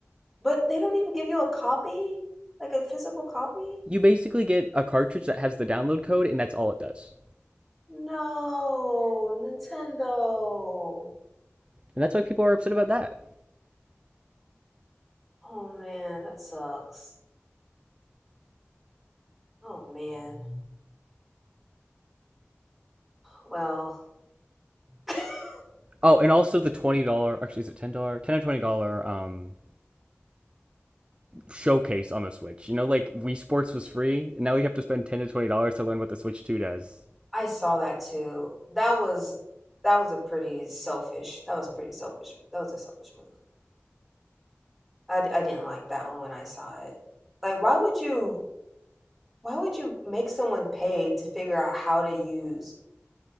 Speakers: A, in the centre; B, on the right.
A: But they don't even give you a copy? Like a physical copy?
B: You basically get a cartridge that has the download code, and that's all it does.
A: No, Nintendo.
B: And that's why people are upset about that.
A: Oh man, that sucks. Oh man. Well, <laughs>
B: Oh, and also the twenty dollar. Actually, is it ten dollar? Ten dollars or twenty dollar um, showcase on the Switch. You know, like Wii Sports was free, and now we have to spend ten to twenty dollars to learn what the Switch Two does.
A: I saw that too. That was that was a pretty selfish. That was pretty selfish. That was a selfish move. I, d- I didn't like that one when I saw it. Like, why would you why would you make someone pay to figure out how to use